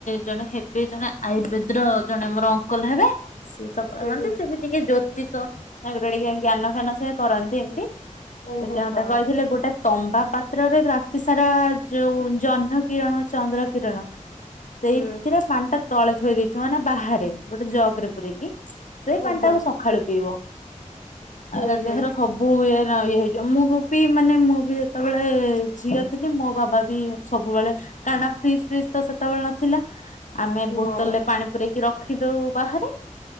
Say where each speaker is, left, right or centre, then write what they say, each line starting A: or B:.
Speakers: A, on the left (about 70°); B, on the left (about 90°).
A: ଜଣେ ହେବେ ଜଣେ ଆୟୁର୍ବେଦ ର ଜଣେ ମୋର ଅଙ୍କଲ ହେବେ, ସେ ସବୁବେଳେ
B: ହୁଁ
A: ଆନ୍ତି।
B: ହୁଁ
A: ସେ ବି ଟିକେ ଜ୍ୟୋତିଷ ତାଙ୍କର ଟିକେ ଜ୍ଞାନ ଫ୍ୟାନ ସେ କରନ୍ତି ଏମିତି।
B: ଓହୋ
A: ସେତ ମତେ
B: ହଁ
A: କହିଥିଲେ ଗୋଟେ ତମ୍ବା ପା ତ୍ରରେ ରାତି ସାରା ଯୋଉ ଜହ୍ନ କିରଣ, ଚନ୍ଦ୍ର କିରଣ
B: ହୁଁ
A: ସେଇଥିରେ ପାଣି ଟା ତଳେ ଥୋଇ ଦେଇଥିବ ମାନା ବାହାରେ ଗୋଟେ ଜଗ ରେ ପୂରେଇକି। ସେଇ ପାଣି
B: ଓହୋ
A: ଟାକୁ ସଖାଳୁ ପିଇବ।
B: ହୁଁ
A: ଆ
B: ହୁଁ
A: ଦେହର ସବୁ ଫୁଇଏର ଇଏ ହେଇଯିବ ମୁଁ ବି ମାନେ ମୁଁ ବି ଯେତେବେଳେ- <unintelligible> ଏ ଝିଅ ଥିଲି, ମୋ ବାବା ବି ସବୁବେଳେ କାହିଁକି ନା ଫ୍ରିଜ ଫ୍ରିଜ ତ ସେତେବେଳେ ନଥିଲା। ଆମେ
B: ହଁ
A: ବୋତଲରେ ପାଣି ପରେଇକି ରଖିଦଉ ବାହାରେ।